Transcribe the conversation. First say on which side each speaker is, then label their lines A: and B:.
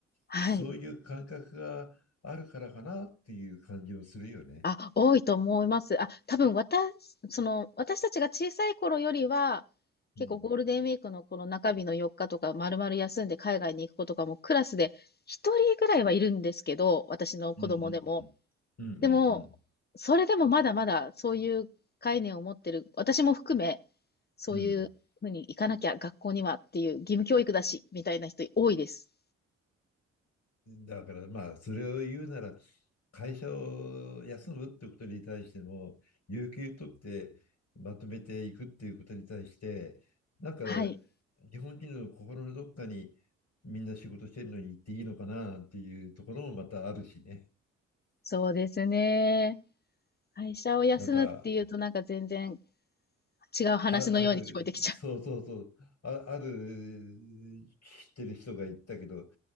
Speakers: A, on the left; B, on the left.
A: はい。
B: そういう感覚があるからかなっていう感じもするよね。
A: あ、多いと思います。あ、多分私、その、私たちが小さい頃よりは、結構ゴールデンウィークのこの中日の4日とか、
B: うん。
A: 丸々休んで海外に行く子とかもクラスで1人ぐらいはいるんですけど、私の子供でも。
B: うんうんうんうんうん
A: でも、それでもまだまだそういう概念を持ってる、私も含め、そういうふうに行かなきゃ学校にはっていう義務教育だし、
B: うん。うん
A: みたいな人多いです。
B: だからまあそれを言うなら会社を休むってことに対しても有給取ってまとめていくっていうことに対してなんか
A: はい。
B: 日本人の心のどっかにみんな仕事してるのに行っていいのかななんていうところもまたあるしね
A: そうですね。会社を休むっていうとなんか全然
B: なんか
A: 違う話のように聞こえてきちゃ
B: あ、あるそうそうそうあ、ある知ってる人が言ったけど